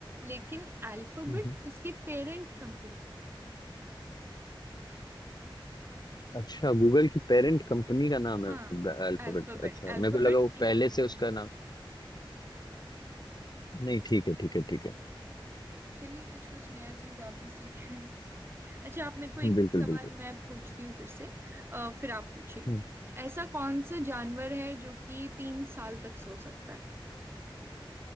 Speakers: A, on the right; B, on the left.
A: लेकिन अल्फाबेट
B: हम्म,
A: उसकी पेरेंट कंपनी थी
B: अच्छा गूगल की पेरेंट कंपनी का नाम है
A: हाँ
B: अल्फाबेट
A: अल्फाबेट
B: अच्छा मेरे
A: अल्फाबेट
B: को लगा वो
A: इंक
B: पहले से उसका नाम नहीं ठीक है ठीक है ठीक है
A: चलिए कुछ कुछ नया चीज आप भी सीख रहे हैं अच्छा आप मेरे को एक
B: हम्म, बिल्कुल
A: सवाल
B: बिल्कुल
A: मैं पूछती हूँ फिर से अ, फिर आप पूछिएगा
B: हम्म,
A: ऐसा कौन सा जानवर है जो कि तीन साल तक सो सकता है